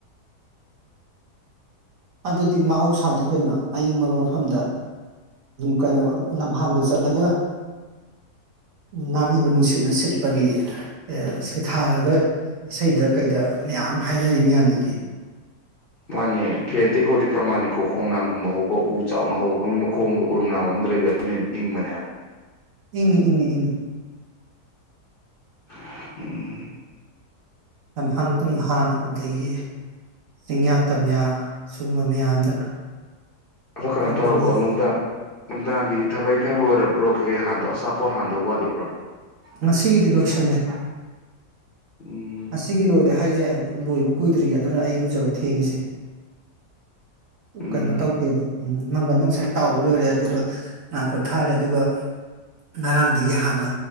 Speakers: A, on the right; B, on the left.
A: ꯑꯗꯨꯗꯤ ꯃꯍꯧꯁꯥꯅꯤ ꯀꯩꯅꯣ ꯑꯏꯤꯡꯕ ꯃꯐꯝꯗ ꯀꯩꯅꯣ ꯂꯝꯍꯥꯡꯗ ꯆꯠꯂꯒ ꯅꯥꯝꯃꯤꯕ ꯅꯨꯡꯁꯤꯠꯅ ꯁꯤꯠꯄꯒꯤ ꯁꯩꯊꯥꯔꯒ ꯏꯁꯩꯗ ꯀꯩꯗ ꯃꯌꯥꯝ ꯍꯥꯏꯅꯔꯤ ꯃꯌꯥꯝꯗꯨꯗꯤ
B: ꯃꯥꯅꯦ ꯐꯦꯟ ꯇꯦꯀꯣꯗꯤ ꯄ꯭ꯔꯃꯥꯅꯤꯀꯣ ꯈꯣꯡꯅꯥꯡꯒꯨꯝꯕ ꯍꯧꯕ ꯎ ꯆꯥꯎꯅ ꯍꯧꯕꯒꯤ ꯃꯈꯣꯡꯗ ꯎꯔꯨꯝ ꯂꯥꯡ ꯑꯨꯝꯗ ꯂꯩꯕꯅ ꯍ ꯏꯪꯕꯅꯦꯕ
A: ꯏꯪ ꯏꯪ ꯏꯪ
B: ꯎꯝ
A: ꯂꯝꯍꯥꯡ ꯇꯨꯝꯍꯥꯡ ꯑꯗꯒꯤ ꯆꯤꯡꯌꯥ ꯇꯝꯌꯥ ꯁꯤꯒꯨꯝꯕ ꯃꯌꯥꯝꯗ
B: ꯑꯣ ꯀꯩꯅꯣ
A: ꯆꯠꯄꯒꯤ
B: ꯇꯧꯔꯕꯣ ꯅꯨꯡꯗꯥꯡ ꯅꯨꯡꯗꯥꯡꯒꯤꯗꯤ ꯊꯕꯛ ꯏꯪꯈꯥꯡ ꯂꯣꯏꯔꯔꯣꯛꯀꯦ ꯍꯥꯟꯗꯣ ꯑꯁꯥ ꯄꯣꯔ ꯍꯥꯟꯗꯧ ꯋꯥꯠꯂꯤꯕ꯭ꯔꯥ
A: ꯉꯁꯤꯒꯤꯗꯤ ꯂꯣꯏꯁꯜꯂꯦ
B: ꯎꯝ
A: ꯑ ꯀꯤꯂꯣ ꯑꯣꯏꯗ ꯍꯥꯏꯁꯦ ꯂꯣꯏꯕ ꯀꯨꯏꯗ꯭ꯔꯤ ꯑꯗꯨꯅ ꯑꯩ ꯂꯨꯖꯕ ꯊꯦꯡꯉꯤꯁꯦ
B: ꯎꯝ
A: ꯀꯩꯅꯣ ꯇꯧꯗꯦꯕ ꯎꯝ ꯃꯪꯒꯜꯗꯣ ꯉꯁꯥꯏ ꯇꯥꯎꯕ ꯂꯣꯏꯔꯦ ꯑꯗꯨꯒ ꯉꯥꯏꯍꯥꯛ ꯄꯣꯊꯥꯔꯦ ꯑꯗꯨꯒ ꯉꯔꯥꯡꯗꯒꯤ ꯍꯥꯟꯅ